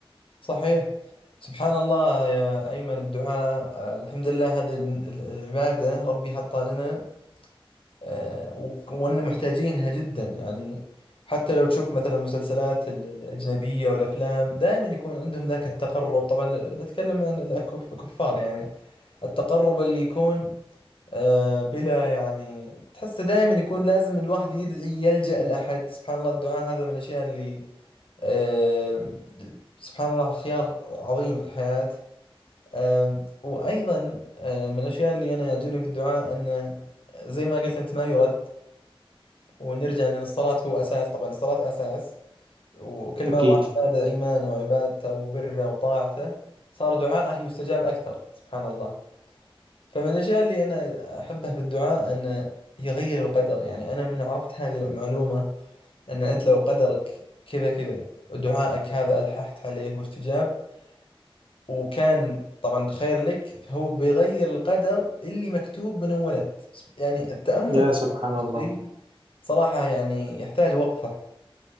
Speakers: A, on the left (about 65°); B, on the right (about 60°).
A: صحيح سبحان الله يا ايمن الدعاء آه، الحمد لله هذه ال- ال- العباده ربي حطها لنا آه، و- وان محتاجينها جدا يعني حتى لو تشوف مثلا المسلسلات ال- الاجنبيه والافلام دائما يكون عندهم ذاك التقرب طبعا نتكلم عن الكفار يعني التقرب اللي يكون آه، بلا يعني تحس دائما يكون لازم الواحد يدعي يلجأ لأحد سبحان الله الدعاء هذا من الأشياء اللي آه، سبحان الله خيار عظيم في الحياة آم، وأيضا آه، من الأشياء اللي أنا يعجبني في الدعاء أنه زي ما قلت أنت ما يرد ونرجع لأن الصلاة هو أساس طبعا الصلاة أساس وكل ما
B: أكيد
A: واحد زاد إيمانه وعبادته وبره وطاعته صار دعاءه يستجاب أكثر سبحان الله فمن الأشياء اللي أنا أحبها في الدعاء أن يغير القدر يعني أنا من عرفت هذه المعلومة أن أنت لو قدرك كذا كذا دعائك هذا ألححت عليه واستجاب وكان طبعا خير لك فهو بيغير القدر اللي مكتوب من أول ولد يعني التأمل
B: يا
A: في
B: سبحان
A: هذا
B: الله
A: الشيء صراحة يعني يحتاج وقفة